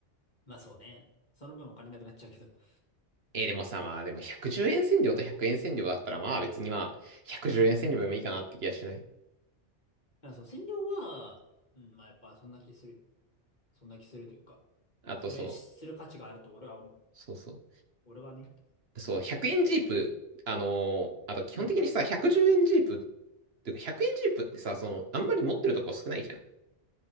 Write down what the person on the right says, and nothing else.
えーでもさ、まあでも110円線量と100円線量だったらまあ別にまあ110円線量でもいいかなって気がしない。
あとそう、
そうそう。
そう、100円ジープ、あのーあと基本的にさ、
110円ジープっていうか100円ジープってさ、その、あんまり持ってるとこ少ないじゃん。